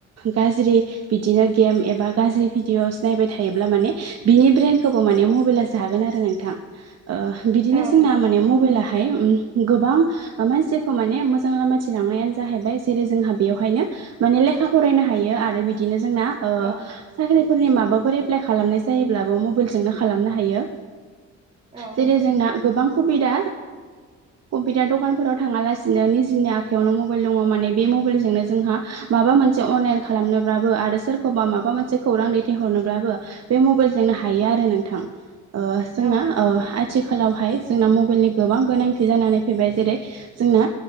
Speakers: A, on the right; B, on the right.
A: गाज्रि बिदिनो गेम एबा गाज्रि भिडिअस नायबाय थायोब्ला माने बिनि ब्रेनखौबो माने मबाइला जागोन आरो नोंथां बिदिनो
B: औ
A: जोंना
B: नंगौ
A: माने मबाइला गोबां मानसिखौ माने मोजां लामाथिं लांनायानो जाहैबाय जेरै जोंहा बेयावहायनो माने लेखा फरायनो हायो आरो बिदिनो जोंना
B: औ
A: साख्रि फोरनि माबाफोर एप्लाइ खालामनाय जायोब्लाबो मबाइलजोंनो खालामनो हायो
B: औ नंगौ
A: जेरै जोंना गोबां सुबिदा कम्पिटार दखानफोराव थाङा लासिनो निजिनि आखायावनो मबाइल दङ माने बे मबाइलजोंनो जोंहा माबा मोनसे अनलाइन खालामनोब्लाबो आरो सोरखौबा माबा मोनसे खौरां दैथायहरनो ब्लाबो बे मबाइल जोंनो हायो आरो
B: औ
A: नोंथां जोंना
B: औ नंगौ
A: आथिखालावहाय जोंना मबाइलनि गोबां गोनांथि जानानै फैबाय जेरै जोंना